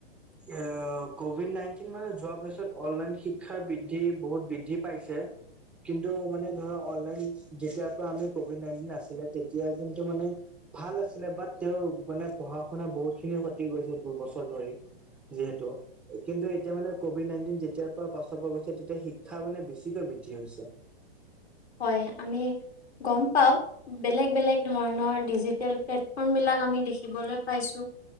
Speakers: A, in the centre; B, on the left.
A: এয়া কভিড নাইনটিন মানে যোৱাৰ পিছত অনলাইন শিক্ষাৰ বৃদ্ধি বহুত বৃদ্ধি পাইছে কিন্তু মানে ধৰা অনলাইন যেতিয়াৰ পৰা আমি কভিড নাইনটিন আছিলে তেতিয়া কিন্তু মানে ভাল আছিলে বাট তেওঁৰ মানে পঢ়া শুনা বহুতখিনি ক্ষতি গৈছে দুবছৰ ধৰি যিহেতু কিন্তু এতিয়া মানে কভিড নাইনটিন যেতিয়াৰ পৰা পাছৰ পৰা গৈছে তেতিয়া শিক্ষা মানে বেছিকৈ বৃদ্ধি হৈছে
B: হয় আমি গম পাওঁ বেলেগ বেলেগ ধৰণৰ ডিজিটেল প্লেটফৰ্মবিলাক আমি দেখিবলৈ পাইছো